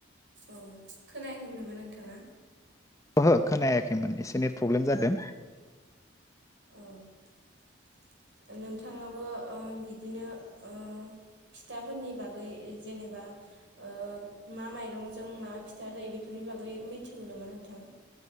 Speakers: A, on the right (about 65°); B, on the left (about 15°).
A: औ खोनायाखैमोन नामा नोंथांङा?
B: ओहो खोनायाखैमोन एसे एनै प्रब्लेम जादों।
A: <inaudible> नोंथाङाबो ओ बिदिनो ओ फिथाफोरनि बागै जेनेबा ओ मा माइरंजों मा फिथा जायो बेफोरनि बागै मिथिगौ नामा नोंथां